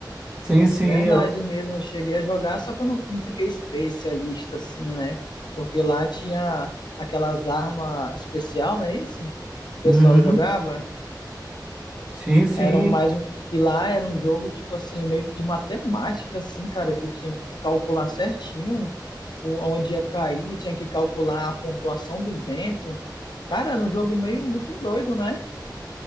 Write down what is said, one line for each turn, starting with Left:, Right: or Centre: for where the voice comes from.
Right: Sim, sim,
Left: Verdade
Right: eu...
Left: mesmo, eu cheguei a jogar, só que eu não, não fiquei especialista assim, né? Porque lá tinha aquelas armas especial, não é isso? O pessoal
Right: Uhum.
Left: jogava.
Right: Sim, sim.
Left: Era um mais um, e lá era um jogo tipo assim, meio que de matemática assim, cara, que tinha que calcular certinho o- onde ia cair, tinha que calcular a pontuação do vento. Cara, era um jogo meio muito doido, né?